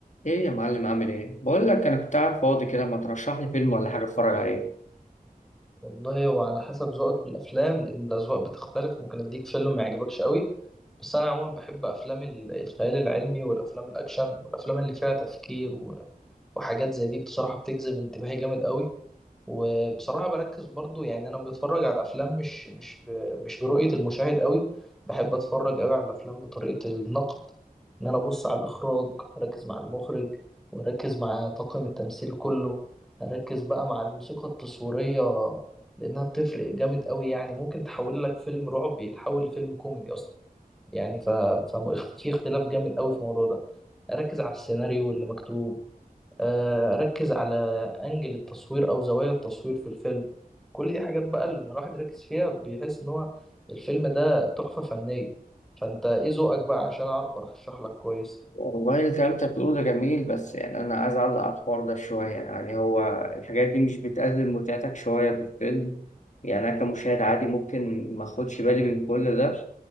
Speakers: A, on the left; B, in the centre.
A: ايه يا معلم عامل ايه بقول لك انا كنت قاعد فاضي كده ما ترشح لي فيلم ولا حاجه اتفرج عليه
B: والله هو على حسب ذوقك في الافلام لان الاذواق بتختلف ممكن اديك فيلم ما يعجبكش قوي بس انا عموما بحب افلام ال- الخيال العلمي والافلام الاكشن والافلام اللي فيها تفكير و- وحاجات زي دي بصراحة بتجذب انتباهي جامد قوي وبصراحة بركز برضو يعني أنا بتفرج على الأفلام مش مش ب... مش برؤية المشاهد قوي بحب أتفرج قوي على الأفلام بطريقة النقد إن أنا أبص على الإخراج أركز مع المخرج وأركز مع طاقم التمثيل كله أركز بقى مع الموسيقى التصويرية لأنها بتفرق جامد قوي يعني ممكن تحول لك فيلم رعب يتحول لفيلم كوميدي أصلا يعني ف... ف... في اختلاف جامد قوي في الموضوع ده أركز على السيناريو اللي مكتوب آه، اركز على انجل التصوير او زوايا التصوير في الفيلم كل دي حاجات بقى لما الواحد يركز فيها بيحس ان هو الفيلم ده تحفة فنية فانت ايه ذوقك بقى عشان اعرف ارشح لك كويس
A: والله الكلام انت بتقوله ده جميل بس يعني انا عايز اعلق على الحوار ده شويه يعني هو الحاجات دي مش بتقلل متعتك شويه بالفيلم يعني انا كمشاهد عادي ممكن ما اخدش بالي من كل ده